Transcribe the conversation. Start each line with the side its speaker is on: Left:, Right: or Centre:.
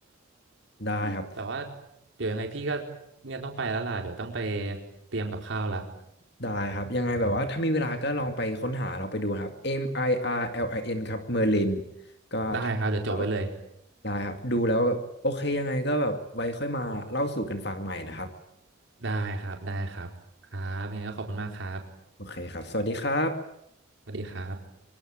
Left: <laughs> ได้ครับ
Right: แต่ว่าเดี๋ยวยังไงพี่ก็เนี่ยต้องไปแล้วล่ะเดี๋ยวต้องไปเตรียมกับข้าวละ
Left: ได้ครับยังไงแบบว่าถ้ามีเวลาก็ลองไปค้นหาเราไปดูนะครับ M I R L I N ครับเอ็มไออาร์แอลินครับ Merlin ก็ถ้าแล้ว
Right: ได้ครับเดี๋ยวจบไว้เลย
Left: ได้ครับดูแล้วแบบโอเคยังไงก็แบบไว้ค่อยมาเล่าสู่กันฟังใหม่นะครับ
Right: ได้ครับได้ครับครับยังไงก็ขอบคุณมากครับ
Left: โอเคครับสวัสดีครับ
Right: สวัสดีครับ